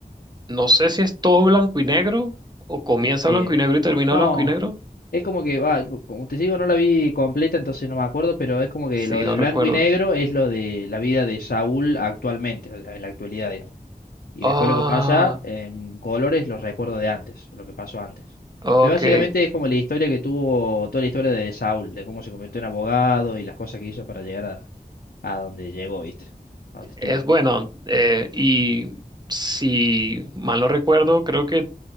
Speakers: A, on the right; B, on the left.
A: no sé si es todo blanco y negro, o comienza
B: eh,
A: blanco y negro y termina
B: no.
A: blanco y negro.
B: Es como que, va, como te digo, no la vi completa, entonces no me acuerdo, pero es como que
A: Sí,
B: lo de
A: no recuerdo.
B: blanco y negro es lo de la vida de Saúl actualmente, o sea, en la actualidad, digamos. Y
A: Ah,
B: después lo que pasa en colores, los recuerdos de antes, lo que pasó antes.
A: ok.
B: Pero básicamente es como la historia que tuvo, toda la historia de Saúl, de cómo se convirtió en abogado y las cosas que hizo para llegar a, a donde llegó, ¿viste? A donde estuvo.
A: Es bueno. eh, y si mal no recuerdo, creo que